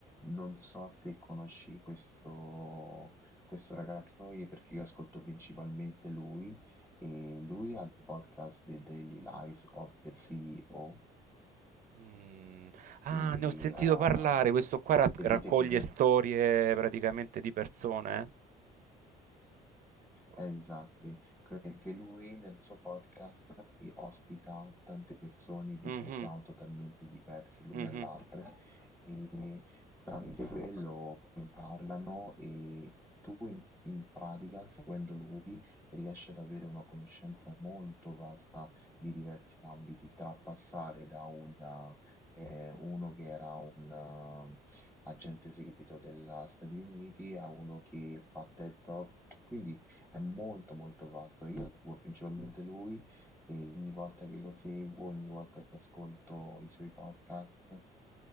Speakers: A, in the centre; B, on the right.
A: non so se conosci questo, questo ragazzo io- perché io ascolto principalmente lui e lui ha il podcast The Daily Lives of the CEO,
B: Mm. Ah,
A: quindi
B: ne ho sentito
A: la,
B: parlare. Questo qua ra- raccoglie
A: le vite quotidiane.
B: storie praticamente di persone. eh?
A: Exactly, que- che lui nel suo podcast i- ospita tante persone di
B: Mhm,
A: background totalmente diversi l'una
B: mhm,
A: e l'altra e tramite quello poi parlano e tu in, in pratica, seguendo lui, riesci ad avere una conoscenza molto vasta di diversi ambiti, tra passare da una, eh, uno che era un eh, agente segreto degli Stati Uniti a uno che fa TED Talk, quindi è molto molto vasto. Io seguo principalmente lui e ogni volta che lo seguo, ogni volta che ascolto i suoi podcast,